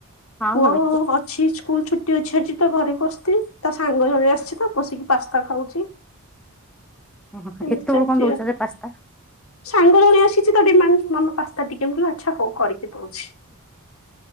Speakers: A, in the centre; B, on the left.
A: ହଁ
B: ପୁଅ
A: ଭଲ
B: ଅଛି ସ୍କୁଲ ଛୁ ଛୁଟି ଅଛି ଆଜି ତ ଘରେ ବସିଚି ତା ସାଙ୍ଗ ଜଣେ ଆସିଚି ତ ବସିକି ପାସ୍ତା ଖାଉଚି।
A: ଓହୋ ଏତେ
B: ଏମିତି ଚାଲିଚି
A: ବଳକୁ କଣ ଦଉଚ
B: ଆଉ।
A: ଯେ ପାସ୍ତା?
B: ସାଙ୍ଗ ଜଣେ ଆସିଚି ତ ଡିମାଣ୍ଡ ମମି ପାସ୍ତା ଟିକେ ଆଚ୍ଛା ହୋଉ କରିକି ଦଉଚି।